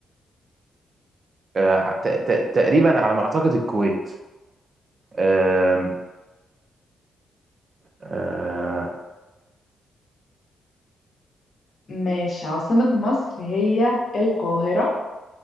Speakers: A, on the right (about 35°); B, on the left (about 45°).
A: آه ت- ت- تقريبا على ما اعتقد الكويت آه آه
B: ماشي عاصمة مصر هي القاهرة